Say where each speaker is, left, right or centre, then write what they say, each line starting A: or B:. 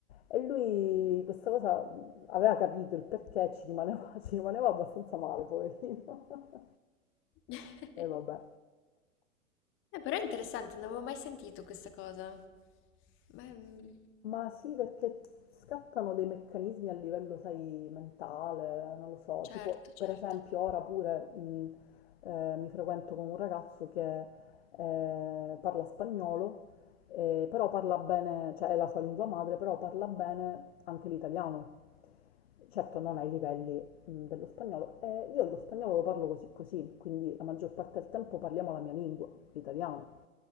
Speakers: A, on the left; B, on the left.
A: E lui questa cosa aveva capito il perché, ci rimaneva, <laughs> ci rimaneva abbastanza male, poverino. <laughs>
B: <laughs>
A: E vabbè.
B: Eh, però è interessante, non avevo mai sentito questa cosa. Beh, mm,
A: Ma sì, perché scattano dei meccanismi a livello, sai, mentale, non lo so.
B: certo,
A: Tipo,
B: certo,
A: per esempio, ora pure mh, eh, mi frequento con un ragazzo che eh, parla spagnolo, eh, però parla bene, cioè è la sua lingua madre, però parla bene anche l'italiano. Certo, non ai livelli mm, dello spagnolo. E io lo spagnolo lo parlo così così, quindi la maggior parte del tempo parliamo la mia lingua, l'italiano.